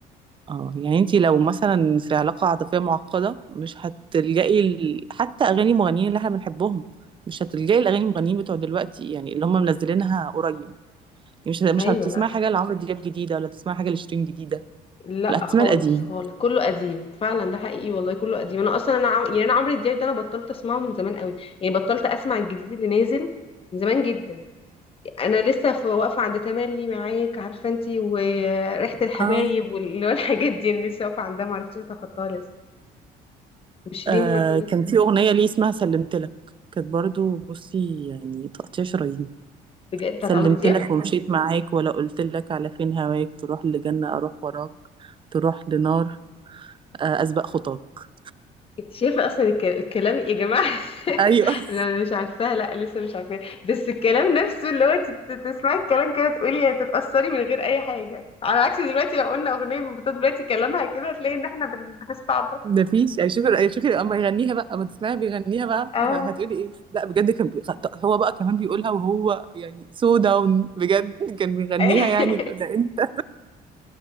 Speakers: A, on the right; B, on the left.
A: اه يعني انتي لو مثلا في علاقة عاطفية معقدة مش هتلجئي ال... حتى اغاني مغنيين اللي احنا بنحبهم مش هتلجئي الاغاني المغنيين بتوع دلوقتي يعني اللي هم منزلينها قريب يعني مش مش
B: ايوه
A: هتسمعي
B: لا
A: حاجة لعمرو دياب جديدة ولا تسمعي حاجة لشيرين جديدة
B: لا
A: لا هتسمعي
B: خالص
A: القديم
B: خالص كله قديم فعلا ده حقيقي والله كله قديم انا اصلا انا عم... يعني انا عمرو دياب ده انا بطلت اسمعه من زمان قوي يعني بطلت اسمع الجديد اللي نازل من زمان جدا انا لسه في واقفه عند تملي معاك عارفه انتي وريحه الحبايب
A: اه
B: وال- <laughs> والحاجات دي انا لسه واقفه عندها ما عرفتش اتخطاها لسه وشيرين
A: آه
B: برضو نفسي
A: كان في اغنية ليه اسمها سلمتلك كانت برضو بصي يعني تقطيع شرايين
B: بجد بتاعت
A: سلمتلك
B: عمرو دياب
A: ومشيت معاك ولا قلتلك على فين هواك تروح لجنة اروح وراك تروح لنار آه اسبق خطاك
B: انت شايفه اصلا الك- الكلام إيه يا جماعه <laughs>
A: ايوه
B: انا مش عارفاها لا لسه مش عارفاها بس الكلام نفسه اللي هو انت تسمعي الكلام كده تقولي يعني تتاثري من غير اي حاجه على عكس دلوقتي لو قلنا اغنيه من بتوع دلوقتي كلامها كده هتلاقي ان احنا بن- بنستعبط
A: ده فيش يعني شوفي يعني شوفي اما يغنيها بقى اما تسمعي بيغنيها بقى
B: اه
A: ه- هتقولي ايه لا بجد كان بي... هو بقى كمان بيقولها وهو يعني سو داون بجد كان بيغنيها
B: <laughs>
A: يعني ده ده انت